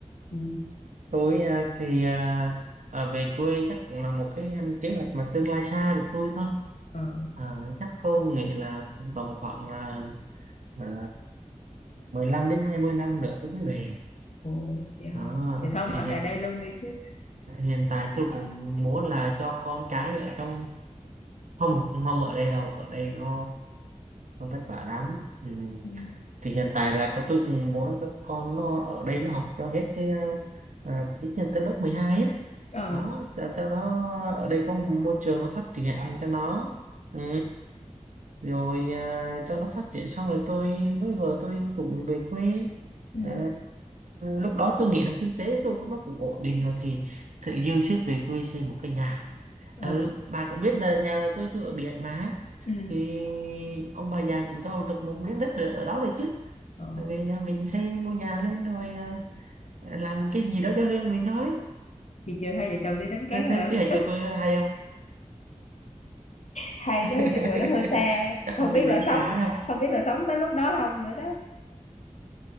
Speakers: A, on the left; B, on the right.
A: ừ.
B: tôi à, thì à, à, về quê chắc cũng là một cái em, kế hoạch mà tương lai xa của tôi thôi
A: ờ
B: à, chắc không nghĩ là tầm khoảng là Ờ, 15 đến 20 năm nữa tôi mới về
A: ồ dạ
B: đó
A: dạ thôi ông
B: thì
A: ở
B: hiện
A: lại đây luôn đi chứ
B: hiện tại tôi cũng muốn là cho con cái ở trong không không ở đây đâu ở đây nó nó vất vả lắm ừ.
A: ừ.
B: thì hiện tại là con tôi cũng muốn cho con nó ở đây nó học cho hết cái ờ, ít nhất tới lớp 12 á
A: ờ
B: đó cho, cho nó ở đây có môi trường nó phát triển cho nó ừ. rồi à, cho nó phát triển xong rồi tôi với vợ tôi cũng về quê
A: ừ.
B: À, lúc đó tôi nghĩ là kinh tế tôi cũng nó cũng ổn định rồi thì tự dư sức về quê xây một cái nhà
A: ờ
B: ừ, bà cũng biết là nhà ở quê tôi ở biển mà
A: ừ.
B: thì ông bà già cũng cho được một miếng đất ở ở đó rồi chứ
A: ờ
B: Tại vì nhà mình xây ngôi nhà lên rồi à, làm cái gì đó cho riêng mình thôi
A: chiều chiều hai vợ chồng đi đánh cá
B: thế
A: hả
B: thế kế hoạch của tôi hay không
A: hay
B: <laughs>
A: đó nhưng mà nó hơi xa
B: chắc không
A: không biết
B: đi đánh
A: là sống
B: cá đâu
A: không biết là sống tới lúc đó không nữa đó